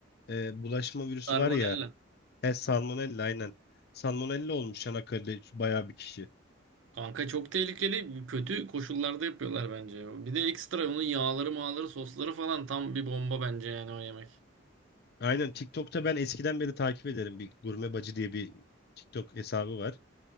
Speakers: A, on the left (about 55°); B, on the right (about 70°).
A: E, bulaşma virüsü
B: Salmonella.
A: var ya. He Salmonella aynen. Salmonella olmuş Çanakkale'de bayağı bir kişi.
B: Kanka çok tehlikeli. Kötü koşullarda yapıyorlar bence. Bir de ekstra onun yağları, mağları, sosları falan tam bir bomba bence yani o yemek.
A: Aynen TikTok'ta ben eskiden beri takip ederim. Bir Gurme Bacı diye bir TikTok hesabı var.